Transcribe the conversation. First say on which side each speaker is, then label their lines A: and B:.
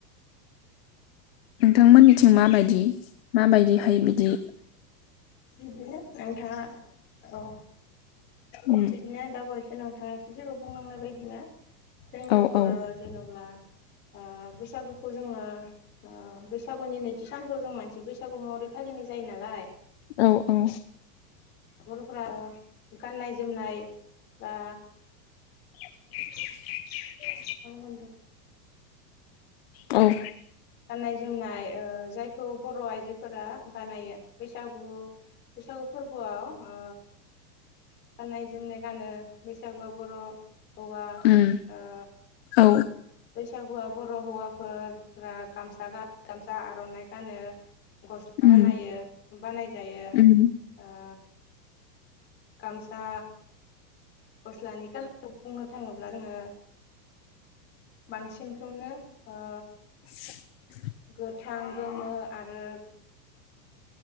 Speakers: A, on the left; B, on the left.
A: नोंथांमोननिथिं माबायदि माबायदिहाय बिदि
B: बिदिनो नोंथाङा औ
A: उम
B: बिदिनो दा बावैसो नोंथाङा एसे सिगाङाव बुंलांनाय बायदि बिदिनो जोंनियावबो
A: औ औ
B: जेनब्ला ओ बैसागुखौ जोङो ओ बैसागुनि नैथि सानखौ जों मानसि बैसागु महरै फालिनाय जायो नालाय
A: औ औ
B: नखरफोरा गाननाय जोमनाय बा
A: <inaudible>
B: दा मा खामदों
A: औ
B: गाननाय जोमनाय ओ जाय खौ बर' आइजोफोरा बानायो बैसागु बैसागु फोरबोआव ओ गाननाय जोमनाय गानो बैसागुआ बर' हौवा
A: उम
B: ओ
A: औ
B: बैसागुआ बर' हौवाफोरा गामसा गा गामसा आर'नाइ गानो गस्ला
A: उम
B: बानायो बानायजायो
A: उम
B: ओ गामसा गस्लानि खालारखौ बुंनो थाङोब्ला जोङो बांसिनखौनो ओ
A: <inaudible>
B: गोथां गोमो आरो